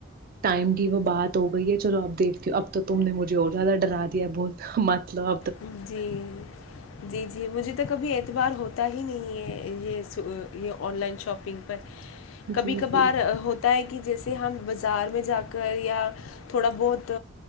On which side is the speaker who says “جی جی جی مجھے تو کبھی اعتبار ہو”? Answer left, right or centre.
Left